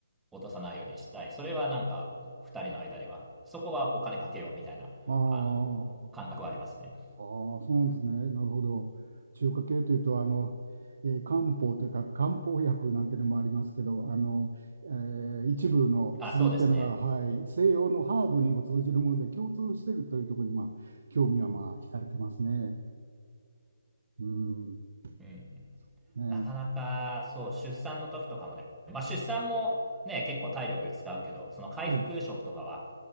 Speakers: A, in the centre; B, on the right.
A: 落とさないようにしたい。それはなんか2人の間では、そこはお金かけようみたいな、
B: ああ、
A: あのー感覚はありますね。
B: ああ、そうなんですね。なるほど。中華系というと、あの、えー漢方というか、漢方薬なんていうのもありますけど、あの、えー一部の薬っていうのが、
A: あ、そうですね。
B: はい、西洋のハーブにも通じるもので共通しているというところに、まあ、興味はまあ、惹かれてますね。うん、
A: うん。
B: そうですね。
A: なかなか、そう、出産の時とかもね、まあ出産もね、結構体力使うけど、その回復食とかは、
B: はい。